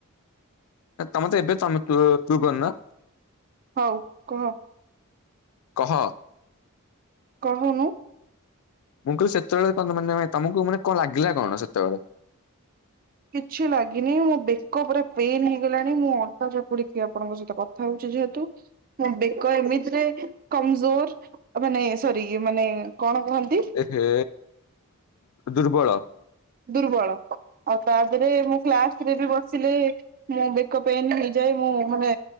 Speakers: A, on the left; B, on the right.
A: ତମ ତ ଏବେ ତମେ ତୁ ତୁ କରିନ?
B: ହଉ କୁହ।
A: କହ।
B: କହନୁ।
A: ମୁଁ କହିଲୁ ସେତେବେଳେ ମାନେ ତମକୁ ମାନେ କଣ ଲାଗିଲା କଣ ସେତେବେଳେ?
B: କିଛି ଲାଗିନି ମୋ ବେକ ପୂରା ପେନ ହେଇଗଲାଣି ମୋ ଅଣ୍ଟା ଚପୁଡିକି ଆପଣଙ୍କ ସହିତ କଥା ହଉଚି। ହେତୁ ବେକ ଏମିତିରେ କମଜୋର ମାନେ ସରି ମାନେ କଣ କୁହନ୍ତି
A: ଏ ହେ ଦୁର୍ବଳ।
B: ଦୁର୍ବଳ ଆଉ ତାପହରେ ମୁଁ କ୍ଲାସ ରେ ବି ବସିଲେ ମୁଁ ବେକ ପେଇଁନ ନିଜ ଯ ମୁଁ ମାନେ